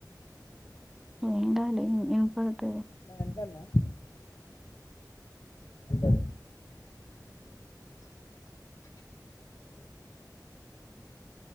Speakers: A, in the centre; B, on the left.
A: వయ కాాల ఇప్పు
B: అ ఎంత అన్నా అంటే